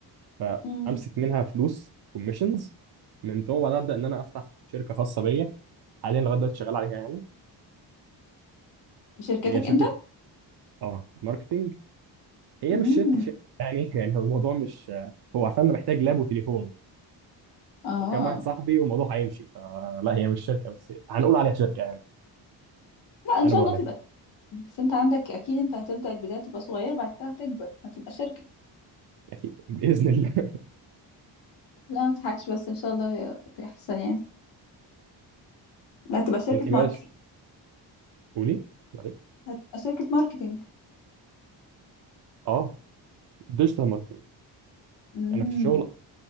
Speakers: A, on the right; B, on the left.
A: فامسك
B: امم
A: منها فلوس كوميشنز من ثم بعدها ابدا ان انا افتح شركه خاصه بيا حاليا لغايه دلوقتي شغال عليها يعني
B: في شركتك
A: هي شركه
B: انت
A: اه ماركتنج هي
B: امم
A: مش شركه شركه يعني <laughs> يعني هو الموضوع مش هو عشان انا محتاج لاب وتليفون
B: اه
A: وكام واحد صاحبي والموضوع هيمشي فلا هي مش شركه بس هنقول عليها شركه يعني
B: لا ان
A: انا
B: شاء
A: بقول
B: الله
A: عليها
B: تبقى بس انت عندك اكيد انت هتبدأ البداية تبقى صغيرة بعد كده هتكبر هتبقى شركة
A: اكيد باذن الله <laughs>
B: لا ما تضحكش بس ان شاء الله ي- يحصل يعني لا هتبقى شركة
A: انت بقى
B: ماركتينج
A: ش- قولي معلش
B: هتبقى شركة ماركتينج
A: اه ديجيتال ماركتنج
B: امم
A: انا في الشغل